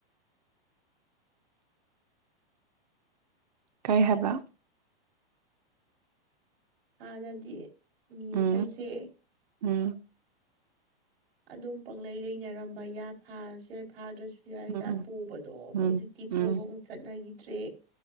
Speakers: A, on the right; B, on the right.
A: ꯀꯔꯤ ꯍꯥꯏꯕ
B: ꯍꯥꯟꯅꯗꯤ ꯃꯤ
A: ꯎꯝ
B: ꯃꯈꯩꯁꯦ
A: ꯎꯝ
B: ꯑꯗꯨꯝ ꯄꯪꯂꯪꯂꯩ ꯂꯩꯅꯔꯝꯕ ꯌꯥꯏ ꯐꯥꯔꯁꯨ ꯌꯥꯏ ꯐꯥꯗ꯭ꯔꯁꯨ ꯁꯤꯥꯏꯗ
A: ꯎꯝ
B: ꯄꯨꯕꯗꯣ
A: ꯎꯝ
B: ꯍꯧꯖꯤꯛꯇꯤ
A: ꯎꯝ
B: ꯄꯨꯕ ꯑꯃꯨꯛ ꯆꯠꯅꯈꯤꯗ꯭ꯔꯦ